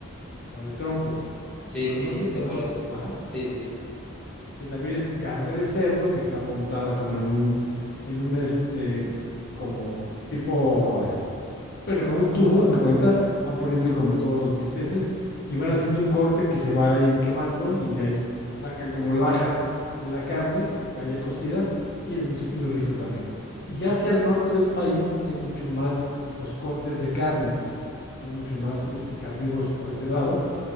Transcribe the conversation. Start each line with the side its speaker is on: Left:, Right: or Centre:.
Left: o de trompo.
Centre: Sí,
Left: ¿Los
Centre: sí,
Left: conoces?
Centre: yo sé
Left: ¿O has
Centre: cuál
Left: escu-
Centre: es.
Left: Ajá.
Centre: Sí, sí.
Left: Que también es carne de cerdo que está montada como en un, en un este, como tipo pero como un tubo, haz de cuenta, van poniendo como todos los bisteces y van haciendo un corte que se va ahí quemando y de ahí sacan como lajas de la carne que está ya cocida y es muy, muy rico también. Y ya hacia el norte del país hay mucho más los cortes de carne, son mucho más este, carnívoros por ese lado,